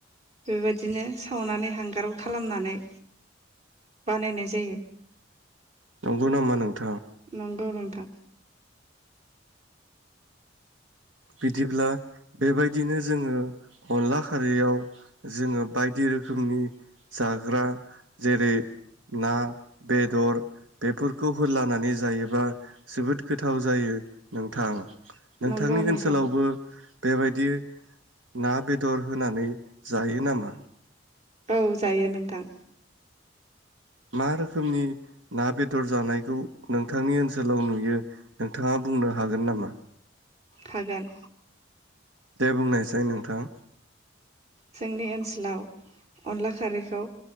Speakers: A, on the right; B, on the right.
A: बेबायदिनो सावनानै हांगाराव खालामनानै बानायनाय जायो।
B: नंगौ नामा नोंथां
A: नंगौ नों- थां
B: बिदिब्ला बेबायदिनो जोंङो अनला खारैयाव जोङो बायदि रोखोमनि जाग्रा जेरै ना बेदर बेफोरखौ होलानानै जायोबा जोबोद गोथाव जायो नोंथां नोंथांनि
A: नंगौ नोंथां
B: ओनसोलावबो बेबायदि ना बेदर होनानै जायो नामा
A: औ जायो नोंथां
B: मा रोखोमनि ना बेदर जानायखौ नोंथांनि ओनसोलाव नुयो नोंथाङा बुंनो हागोन नामा
A: हागोन
B: दे बुंनायसाइ नोंथां
A: जोंनि ओनसोलाव अनला खारैखौ